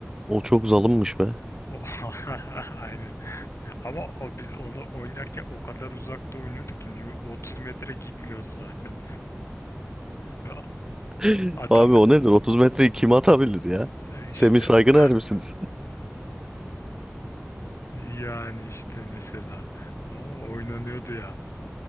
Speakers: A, on the right (about 15°); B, on the left (about 80°).
A: O çok zalimmiş be.
B: O, <laughs> aynen. Ama o, biz onu oynarken o kadar uzakta oynuyorduk ki ne bileyim, 30 metre gitmiyordu zaten. Ya
A: <laughs>
B: Adam
A: Abi o nedir? 30 metreyi kim atabilir ya?
B: Ha işte
A: Semih Saygıner
B: <laughs>
A: misiniz?
B: yani işte mesela Aa, oynanıyordu ya